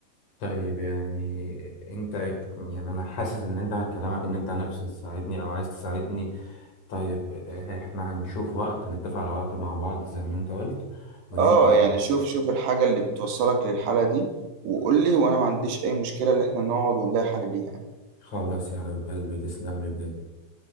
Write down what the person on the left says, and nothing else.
طيب يعني انت يعني انا حاسس ان انت عن كلامك ان انت نفسك تساعدني او عايز تساعدني طيب اه، احنا هنشوف وقت نتفق على وقت مع بعض زي ما انت قلت وننزل
خلاص يا حبيب قلبي تسلم لي بجد